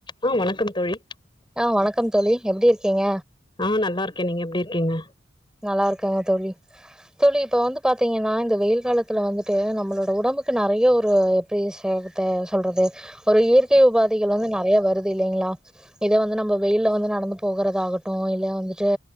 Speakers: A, on the left (about 25°); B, in the centre.
A: ஆ வணக்கம் தோழி
B: ஆ வணக்கம் தோழி எப்டி இருக்கீங்க
A: ஆ நல்லாருக் கே நீங்க எப்டி இருக்கீங்க
B: நல்லா இருக்கங்க தோழி தோழி இப்ப வந்து பாத்தீங்கன்னா இந்த வெயில் காலத்துல வந்துட்டு நம்மளோட உடம்புக்கு நெறய ஒரு <unintelligible> சொல்றது ஒரு இயற்கை உபாதைகள் வந்து ந றய வருது இல்லைங்களா இத வந்து நம்ப வெயில வந்து நடந்து போகறதாகட் டு இல்ல வந்துட்டு